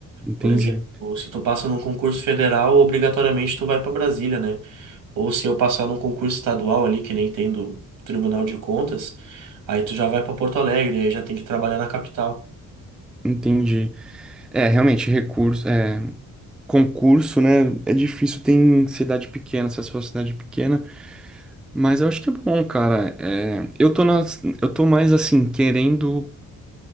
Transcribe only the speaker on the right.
Por exemplo, se tu passa num concurso federal, obrigatoriamente tu vai para Brasília, né? Ou se eu passar num concurso estadual ali, que nem tem do Tribunal de Contas, aí tu já vai para Porto Alegre, aí já tem que trabalhar na capital.